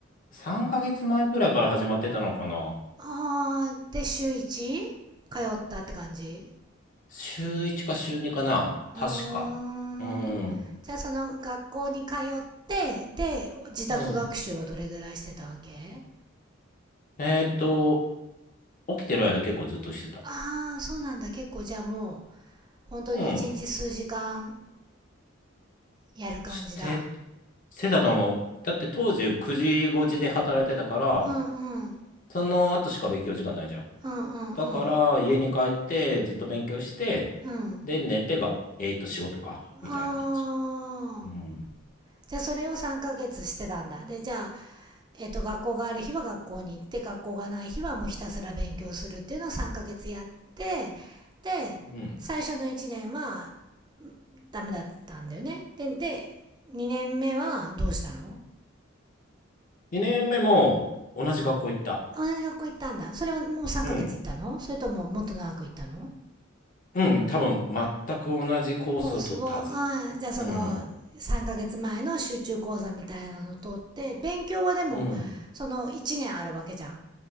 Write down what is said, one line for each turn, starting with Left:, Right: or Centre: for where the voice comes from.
Left: 3ヶ月前くらいから始まってたのかな。
Right: ああで週1通ったって感じ
Left: 週1か週2かな。
Right: うーんじゃあその学校に通ってで自宅学習はどれぐらいしてたわけ
Left: 確か。うん。うん。えっと、起きてる間結構ずっとしてた。
Right: ああそうなんだ結構じゃあもう本当に一日数時間
Left: うん。
Right: やる感じだ。
Left: して、してたと思う。だって当時9時5時で働いてたから、
Right: うんうん。
Left: その後しか勉強時間ないじゃん。
Right: うんうんうん。
Left: だから家に帰ってずっと勉強して、
Right: うん。
Left: で寝てが、えっと仕事か。みたいな感じ。
Right: あー。
Left: うん。
Right: じゃあそれを3ヶ月してたんだ。で、じゃあ、えっ、と、学校がある日は学校に行って、学校がない日はもうひたすら勉強するっていうのを3ヶ月やって、で、
Left: うん。
Right: 最初の1年はダメだったんだよね。で、で、2年目はどうしたの
Left: 2年目も同じ学校行った。
Right: 同じ学校行ったんだ。それはもう3ヶ月行ったのそれとももっと長く行ったの
Left: うん。うん、多分全く同じコースを取ったはず。
Right: コースを、ああ、じゃあその3ヶ月前の集中講座みたいなのを取って、
Left: うん。
Right: 勉強はでもその1年あるわけじゃん。
Left: うん。